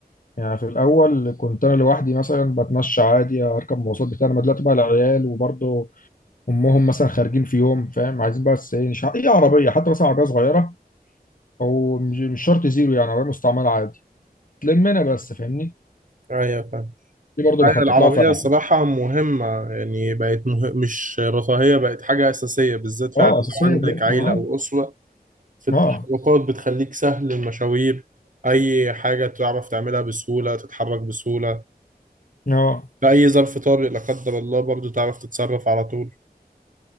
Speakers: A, on the left; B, on the right.
A: يعني في الأول كنت أنا لوحدي مثلا بتمشى عادي أركب مواصلات بتاع أنا دلوقتي بقى العيال وبرضه أمهم مثلا خارجين في يوم فاهم عايزين بس إيه نش- أي عربية حتى مثلا عربية صغيرة أو مش مش شرط زيرو يعني عربية مستعملة عادي تلمنا بس فاهمني
B: ايوه فاهم
A: دي برضه
B: ايوه
A: بخطط
B: العربية
A: لها فعلا
B: الصراحة مهمة يعني بقت مه... مش رفاهية بقت حاجة أساسية بالذات فعلا
A: أه
B: لو
A: أساسية
B: عندك
A: دلوقتي
B: عيلة
A: ما أنا عارف
B: أو أسرة في التحركات
A: أه
B: بتخليك سهل المشاوير أي حاجة تعرف تعملها بسهولة تتحرك بسهولة
A: أه
B: في أي ظرف طارئ لا قدر الله برضه تعرف تتصرف على طول